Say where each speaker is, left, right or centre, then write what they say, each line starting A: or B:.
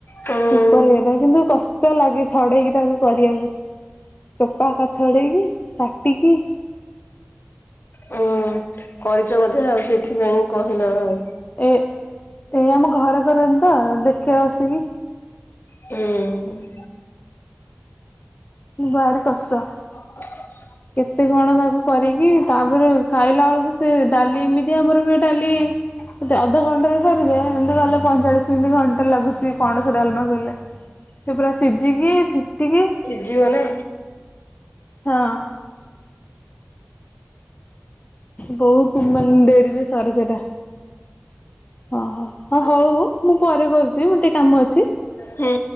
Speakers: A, on the left; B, on the left.
A: ହୁଁ
B: ଉପର ହେବା କିନ୍ତୁ କଷ୍ଟ କଷ୍ଟ ଲାଗେ ଛଡେଇକି ତାକୁ କରିବାକୁ ଚୋପା ଆକା ଛଡେଇକି କାଟିକି
A: ହୁଁ କରିଛ ବୋଧେ ଆଉ ସେଥିପାଇଁ କହିଲ ଆଉ
B: ଏ ଏଇ ଆମ ଘର କରନ୍ତି ତ ଦେଖିବା ବସିକି
A: ହୁଁ।
B: ଭାରି କଷ୍ଟ।
A: ଆଛା <inaudible>
B: କେତେ କଣ ତାକୁ କରିକି ତାପରେ ଖାଇଲା ବେଳକୁ ସେ ଡାଲି ଏମିତି ଆମର ହୁଏ ଡାଲି ସେତେ ଅଧଘଣ୍ଟାରେ ସରିଯାଏ ଏମିତି ଗଲେ ପଇଁଚାଳିଶ ମିନିଟ ଘଣ୍ଟା ଲାଗୁଛି ପଣସ ଡାଲମା କଲେ। ସେ ପୁରା ସିଝିକି ଫିଟିକି
A: ଯିବ ନା।
B: ହଁ। ବହୁତ ମାନେ ଡେରିରେ ସରେ ସେଇଟା। ହଁ ହଁ ହଁ ହଉ ମୁଁ ପରେ କରୁଛି ମୋର ଟିକେ କାମ ଅଛି।
A: ହୁଁ।